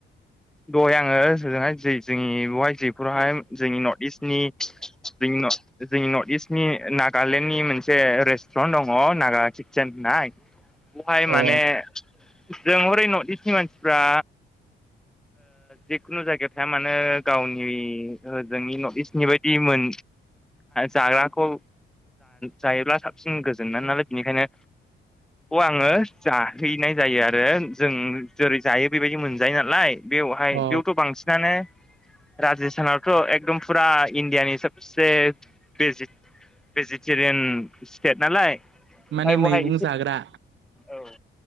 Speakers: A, in the centre; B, on the right.
A: दहाय आङो होजोंहाय जोंनि बेहाय फोरावहाय जोंनि नर्थ इस्टनि जोंनि नर्थ इस्टनि नागालेण्डनि मोनसे रेस्टुरेन्ट दङ नागा कितचेन होननाय बेहाय माने
B: अ
A: जों हरै नर्थ इस्टनि मानसिफ्रा जिखुनु जायगायाव थाया मानोे गावनि जोंनि नर्थ इस्टनि बायदि मोन जाग्राखौ जायोब्ला साबसिन गोजोन नो नालाय बेनिखायनो आङो जाहैनाय जायो आरो जों जेरै जायो बेबायदि मोनजायो नालाय बेवहाय
B: अ
A: बेयावथ' बांसिनानो राजस्थानावथ' एकदम फुरा इण्डियानि सबसे भेजिटेरियान स्टेट नालाय ओमफ्राय
B: माने
A: बहाय
B: मैगं
A: एसे
B: जाग्रा
A: औ